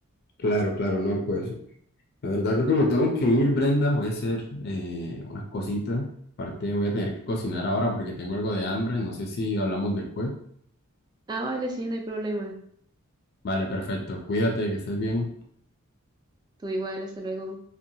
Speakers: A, on the left (about 45°); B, on the right (about 20°).
A: Claro, claro, no, pues La verdad creo que me tengo que ir, Brenda. Voy a hacer eh, unas cositas. Aparte voy a tener que cocinar ahora porque tengo algo de hambre. No sé si hablamos después.
B: Ah, vale, sí, no hay problema.
A: Vale, perfecto. Cuídate, que estés bien.
B: Tú igual, hasta luego.